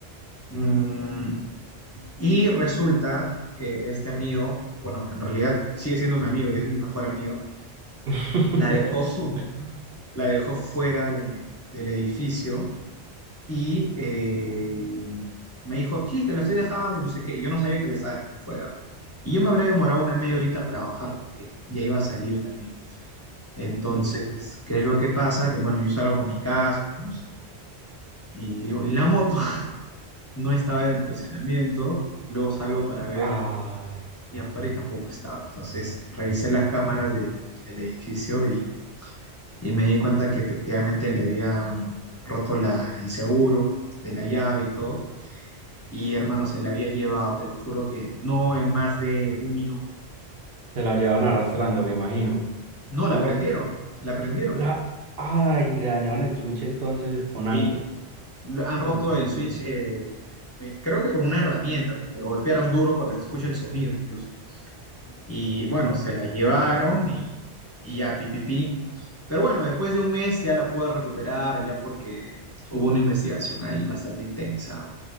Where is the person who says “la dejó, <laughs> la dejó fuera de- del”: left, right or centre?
Left